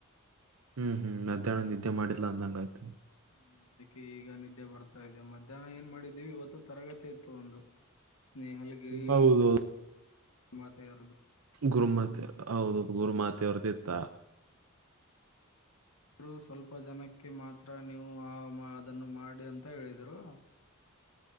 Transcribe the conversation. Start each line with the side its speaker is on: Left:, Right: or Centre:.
Right: ಹ್ಮ್ ಹ್ಮ್ ಮಧ್ಯಾಹ್ನದ ನಿದ್ದೆ ಮಾಡಿಲ್ಲ ಅಂದಂಗಾಯ್ತು.
Left: ಹ್ಮ್ ಅದಕ್ಕೆ ಈಗ ನಿದ್ದೆ ಬರ್ತಾ ಇದೆ ಮಧ್ಯಾಹ್ನ ಏನ್ ಮಾಡಿದ್ದೀವಿ ಇವತ್ತು ತರಗತಿ ಇತ್ತು ಒಂದು ಸ್ನೇಹಲ್ಗಿರಿ
Right: ಹೌದು
Left: ಗುರು ಮಾತೆಯರದು
Right: ಗುರುಮಾತೆ. ಹೌದ ಗುರು ಮಾತೆವ್ರದ ಇತ್ತ.
Left: ರು ಸ್ವಲ್ಪ ಜನಕ್ಕೆ ಮಾತ್ರ ನೀವು ಆ ಮಾ ಅದನ್ನು ಮಾಡಿ ಅಂತ ಹೇಳಿದ್ರು.